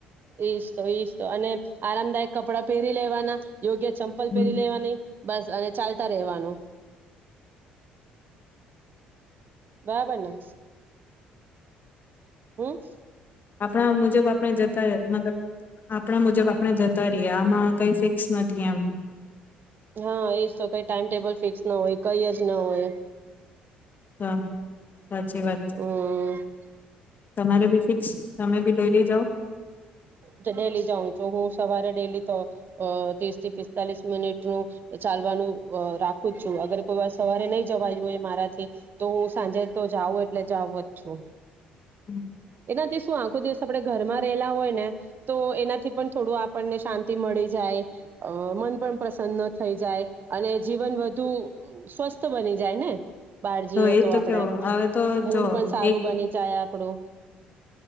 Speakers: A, on the right; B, on the left.
A: એજ તો એજ તો અને આરામદાયક કપડાં પહેરી લેવાના યોગ્ય ચંપલ
B: હમ
A: પહેરી લેવાની બસ અને ચાલતા રહેવાનું <inaudible> બરાબરને હમ્મ
B: આપણા મુજબ આપણે જતા મતલબ આપણા મુજબ આપણે જતા રહીએ આમાં કઈ ફિક્સ નથી એમ
A: હા એ તો કઈ ટાઈમ ટેબલ ફિક્સ ન હોય કઈ જ ના હોય
B: તો સાચી વાત છે
A: હમ
B: તમારે ભી ફિક્સ બી ડોયલી જાઓ
A: ડેલી જાઉં છું હું સવારે ડેલી તો અ ત્રીસ થી પિસ્તાલીસ મિનિટનું ચાલવાનું અ રાખું જ છું અગર કોઈ વાર સવારે નહી જવાયું હોય મારાથી તો હું સાંજે તો જાઉ એટલે જાવ જ છું
B: હમ્મ
A: એનાથી શું આખો દિવસ આપણે ઘરમાં રેયલા હોય ને તો એનાથી પણ થોડું આપણને શાંતિ મળી જાય અ મન પણ પ્રસન્ન થઈ જાય અને જીવન વધુ સ્વસ્થ બની જાય ને બહાર જઈએ
B: એ
A: તો આપડે
B: કેવો હવે તો
A: મૂડ
B: જો
A: પણ સારું
B: એક
A: બની જાય આપડું